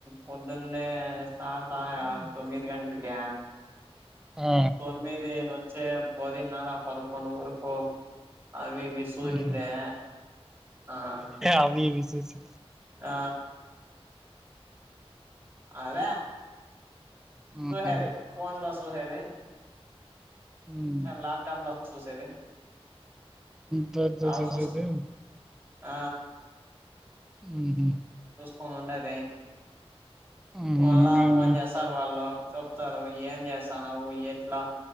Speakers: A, on the right; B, in the centre.
A: పొద్దునే స్తర్
B: హ్మ్.
A: తొమ్మిది గంటకి <unintelligible>
B: ఆ!
A: తొమ్మిది నుంచే పొదిన్నారా పదకొండు వరకు అవివి చూహందా
B: హుహు.
A: ఆ <unintelligible> <unintelligible>
B: అవి ఇవి చూసి.
A: ఆ అదే
B: హ్మ్.
A: చూసేది ఫోన్ లో చూసేది
B: హ్మ్.
A: ల్యాప్టాప్ లా చూసేది
B: పత
A: అవి
B: చ
A: చూస్
B: సద <unintelligible>
A: ఆ
B: ఊహు
A: ఫోన్ ఉండేది
B: హుహు.
A: మళ్ళా
B: ఇంగేమి?
A: ఫోన్ చేస్తారు వాళ్ళు చెప్తారు ఏం చేస్తా నువ్వు ఎట్లా